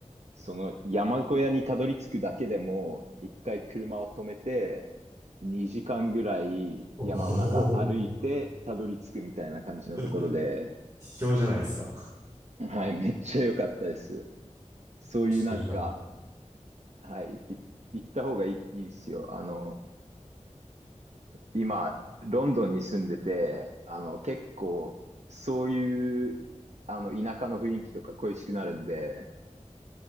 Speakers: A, on the right (about 60°); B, on the right (about 30°).
A: その山小屋にたどり着くだけでも、一回車を止めて、2時間ぐらい山の中歩いてたどり着くみたいな感じのところで、
B: おお、<laughs> 卑怯じゃないですか。
A: はい、めっちゃ良かったです。そういうなんか、
B: ちょっとじゃあ。
A: はい、い行った方がいい、いいですよ。あの、今、ロンドンに住んでて、あの、結構、そういう、あの、田舎の雰囲気とか恋しくなるんで、